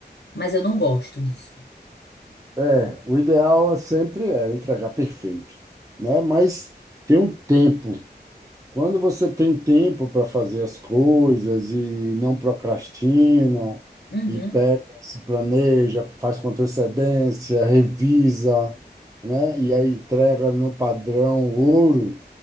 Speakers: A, on the left; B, on the right.
A: Mas eu não gosto disso.
B: é, o ideal é sempre é entregar perfeito, né? Mas tem um tempo. Quando você tem tempo para fazer as coisas e não procrastina,
A: Uhum.
B: e pega, se planeja, faz com antecedência, revisa, né? E aí entrega no padrão ouro,